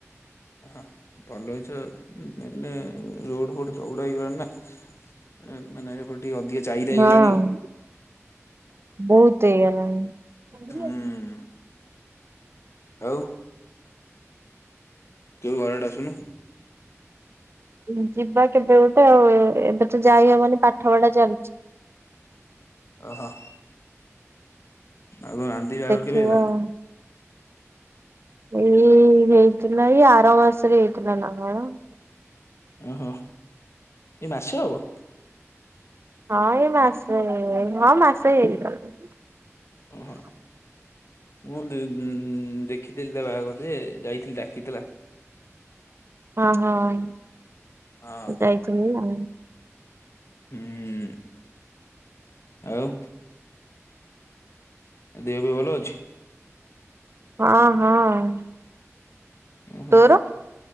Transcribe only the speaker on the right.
ହଁ
ବହୁତ ହେଇଗଲାଣି।
ଉଁ ଯିବା କେବେ ଗୋଟେ ଆଉ ଏ-ଏବେ ତ ଯାଇ ହବନି ପାଠ ପଢା ଚାଲିଛି।
ଦେଖିବା
ଆଉ। ଏଇ ହେଇଥିଲା ଏଇ ଆର ମାସରେ ହେଇଥିଲା ନା କଣ?
ହଁ ଏଇ ମାସେ ହଁ ମାସେ ହେଇଗଲାଣି।
ହଁ ହଁ ତୁ
ଯାଇଥିଲୁ ନା।
ହଁ ହଁ।
ତୋର?